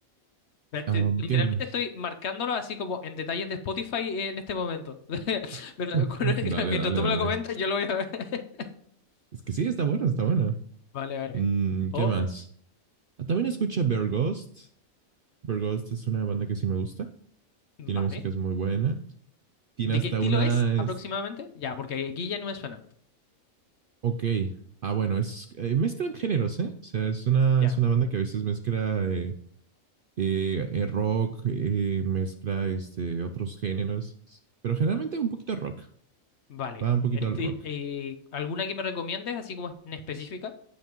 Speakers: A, on the left (about 60°); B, on the right (about 65°).
A: Ve- te-
B: am,
A: Literalmente
B: ¿qué más?
A: estoy marcándolo así como en detalles de Spotify en este momento. <laughs>
B: <laughs>
A: Pero con-
B: Dale,
A: mientras
B: dale,
A: tú
B: dale.
A: me lo comentas, yo lo voy a ver. <laughs>
B: Es que sí, está bueno, está bueno.
A: Vale, vale.
B: Mm, ¿qué
A: Oh,
B: más? Ah, También escucho Bear Ghost. Bear Ghost es una banda que sí me gusta,
A: vale.
B: tiene músicas muy buenas. tiene
A: ¿De
B: hasta
A: qué estilo
B: una.
A: es
B: es-
A: aproximadamente? Ya, porque aquí ya no me suena.
B: ok. Ah, bueno, es eh, mezclan géneros, ¿eh? O sea, es una,
A: Ya,
B: es una banda que a veces mezcla eh, eh, eh, rock, eh, mezcla este, otros géneros, pero generalmente un poquito rock.
A: vale.
B: Va un poquito
A: Este,
B: al rock.
A: eh, ¿alguna que me recomiendes, así como en específica,